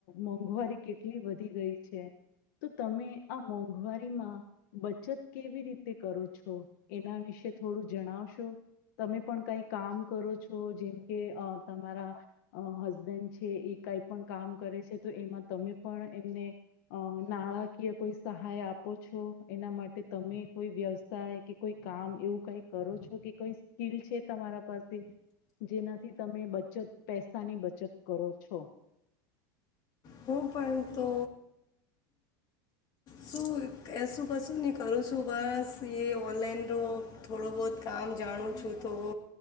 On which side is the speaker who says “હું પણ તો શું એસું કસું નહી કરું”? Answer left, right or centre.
Left